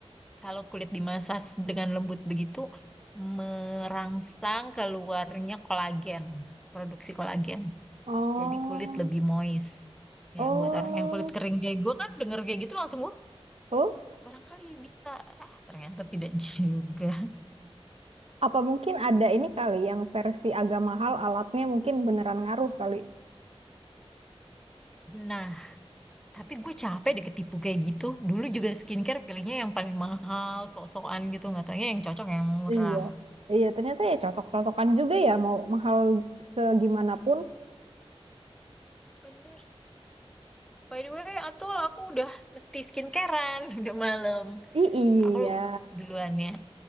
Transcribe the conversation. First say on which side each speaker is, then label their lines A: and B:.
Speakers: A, in the centre; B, on the right.
A: kalau kulit dimasas dengan lembut begitu merangsang keluarnya kolagen, produksi kolagen.
B: Oh,
A: Jadi kulit lebih moist. Nah,
B: Oh,
A: buat orang yang kulit kering kayak gue kan denger kayak gitu langsung gue
B: oh,
A: barangkali bisa. Ah, ternyata tidak <laughs> juga.
B: apa mungkin ada ini kali yang versi agak mahal alatnya mungkin beneran ngaruh kali.
A: Nah, Tapi gue capek deh ketipu kayak gitu. Dulu juga skincare pilihnya yang paling mahal, sok-sokan gitu. Nggak taunya yang cocok yang murah.
B: iya. Iya, ternyata ya cocok-cocokan juga ya mau mahal segimanapun.
A: Iya bener. By the way, Atul aku udah mesti skincarean, <laughs> udah malam.
B: I iya.
A: Aku duluan ya.